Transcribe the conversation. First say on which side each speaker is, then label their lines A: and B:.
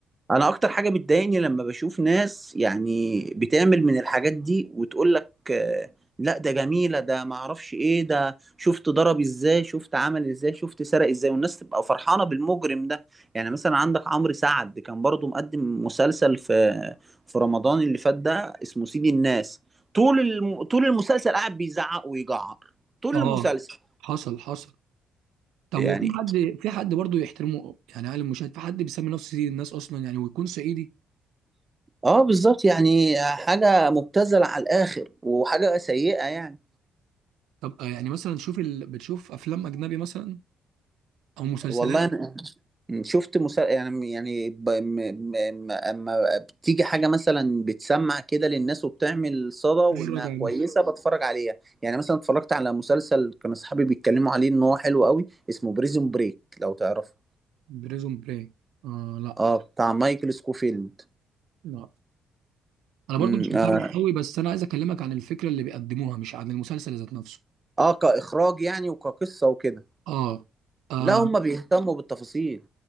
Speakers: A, on the right; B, on the right.
A: انا اكتر حاجه بتضايقني لما بشوف ناس يعني بتعمل من الحاجات دي وتقول لك آه، لا ده جميله ده ما اعرفش ايه ده شفت ضرب ازاي شفت عمل ازاي شفت سرق ازاي والناس تبقى فرحانه بالمجرم ده يعني مثلا عندك عمرو سعد كان برضو مقدم مسلسل في في رمضان اللي فات ده اسمه سيد الناس طول الم... طول المسلسل قاعد بيزعق ويجعر طول
B: اه
A: المسلسل
B: حصل حصل طب
A: يعني
B: هو في حد في حد برضه يحترمه يعني عالم المشاهد في حد بيسمي نفسه سيد الناس اصلا يعني ويكون صعيدي
A: اه بالظبط يعني حاجه مبتذله على الاخر وحاجه سيئه يعني
B: طب آه، يعني مثلا شوف ال... بتشوف افلام اجنبي مثلا او مسلسلات
A: والله شفت مسا... يعني يعني ب... م... م... م- اما بتيجي حاجه مثلا بتسمع كده للناس وبتعمل صدى وانها
B: مرة كان
A: كويسه بتفرج عليها يعني مثلا اتفرجت على مسلسل كان اصحابي بيتكلموا عليه ان هو حلو قوي اسمه بريزون بريك لو تعرفه
B: بريزون بري آه لا
A: اه بتاع مايكل سكوفيلد
B: لا انا برضو
A: امم
B: مش متابع
A: اه,
B: قوي بس انا عايز اكلمك عن الفكرة اللي بيقدموها مش عن المسلسل ذات نفسه
A: آه كاخراج يعني وكقصه وكده
B: اه اه
A: لا هم بيهتموا بالتفاصيل